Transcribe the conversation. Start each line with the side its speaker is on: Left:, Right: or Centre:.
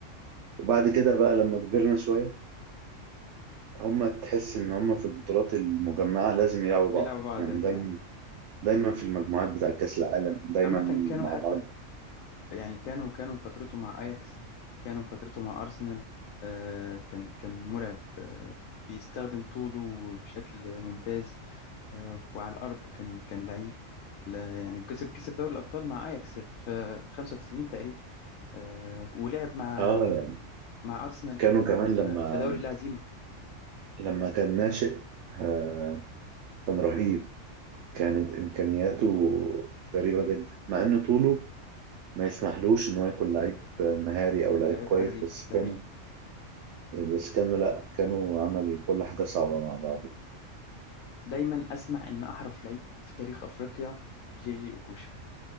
Right: وبعد كده بقى لما كبرنا شويه هما تحس ان هما في البطولات المجمعه لازم يلعبوا
Left: بيلعبوا
Right: بعض
Left: بعض
Right: يعني
Left: دايما
Right: دايما
Left: ده حقيقي
Right: دايما في المجموعات بتاع كاس العالم دايما
Left: عامة كانوا
Right: مع
Left: حتى
Right: بعض
Left: يعني كانوا كانوا فترته مع أياكس كانوا فترته مع أرسنال آه كان كان مرعب آه بيستخدم طوله بشكل ممتاز آه وعلى الأرض كان كان لعيب لا- يعني كسب كسب دوري الأبطال مع أياكس في في 95 تقريبا آه ولعب مع
Right: اه
Left: مع أرسنال
Right: كانوا
Left: في
Right: كمان
Left: آه،
Right: لما
Left: في دوري الهزيمة
Right: لما كان ناشئ آه كان رهيب كانت امكانياته غريبه جدا مع ان طوله ما يسمحلوش ان هو يكون لعيب مهاري او لعيب
Left: لعيب
Right: كويس
Left: حريف
Right: بس
Left: ده
Right: كان
Left: حقيقي
Right: بس كانوا لا كانوا عمل كل حاجة صعبة مع بعض
Left: دايما اسمع ان احرف لعيب في تاريخ افريقيا جي جي اوكوشا